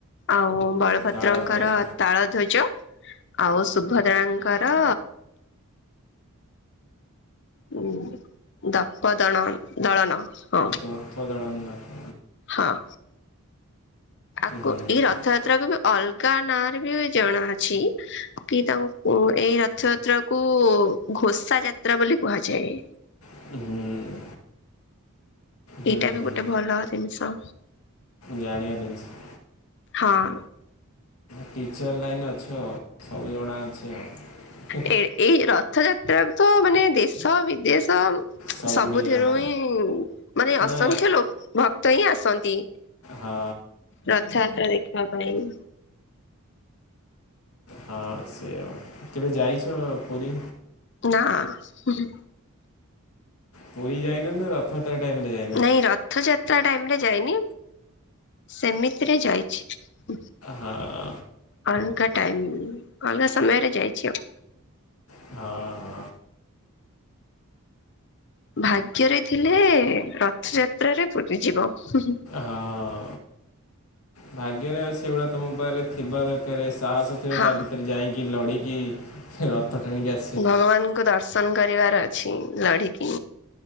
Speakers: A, on the left; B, on the left.
A: ଆଉ ବଳଭଦ୍ରଙ୍କର
B: ତାଳଧ୍ୱଜ
A: ତାଳଧ୍ୱଜ ଆଉ ସୁଭଦ୍ରାଙ୍କର ହଁ ଦପ ଦଳ-ଦଳନ ହଁ।
B: ଦପ ଦଳ ନ
A: ହଁ। ତାକୁ
B: ହୁଁ
A: ଏଇ ରଥଯାତ୍ରାକୁ ବି ଅଲଗା ନାଁ ରେ ବି ଜଣାଅଛି କି ତାଙ୍କୁ ଓ ଏଇ ରଥଯାତ୍ରା କୁ ଘୋସା ଯାତ୍ରା ବୋଲି କୁହାଯାଏ।
B: ହୁଁ। ହୁଁ
A: ଏଇଟା ବି
B: ହୁଁ
A: ଗୋଟେ ଭଲ ଜିନିଷ।
B: ଜାଣିବା ଦିିନିଷ
A: ହଁ।
B: ଟିଚର୍ ଲାଇନ୍ ଅଛ ସବୁ ଜଣା ଅଛ ଆ।
A: ଏ ଏଇ ରଥ ଯାତ୍ରାକୁ ତ ମାନେ ଦେଶ ବିଦେଶ।
B: ସବୁଠି
A: ସବୁଥିରୁ
B: ଜଣା
A: ହିଁ ମାନେ ଅସଂଖ୍ୟ
B: ନା
A: ଲୋ ଭକ୍ତ ହିଁ ଆସନ୍ତି।
B: ହା
A: ରଥଯାତ୍ରା ଦେଖିବା ପାଇଁ।
B: ହଁ ସେ କେବେ ଯାଇଛ ପୁରୀ?
A: ନା ଉହୁଁ
B: ପୁରୀ ଯାଇନା ନା ରଥ ଟାଇମ୍ରେ
A: ନାଇଁ ରଥଯାତ୍ରା ଟାଇମରେ ଯାଇନି ସେମିତିରେ ଯାଇଛି।
B: ହଁ।
A: ଅଲଗା ଟାଇମ୍ ଅଲଗା ସମୟରେ ଯାଇଛି ଆଉ।
B: ହଁ।
A: ଭାଗ୍ୟରେ ଥିଲେ ରଥଯାତ୍ରାରେ ପୁରୀ ଯିବ ହୁଁ ହୁଁ
B: ହଁ ଭାଗ୍ୟରେ ଆ ସେଭଳିଆ ତମ ପାଖରେ ଥିବା ଦରକାର ସାହସ ତା
A: ହଁ
B: ଭିତରେ ଯାଇକି ଲଢିକି ରଥ ଟାଣିକି ଆ
A: ଭଗବାନଙ୍କୁ ଦର୍ଶନ କରିବାର ଅଛି ଲଢ଼ିକି।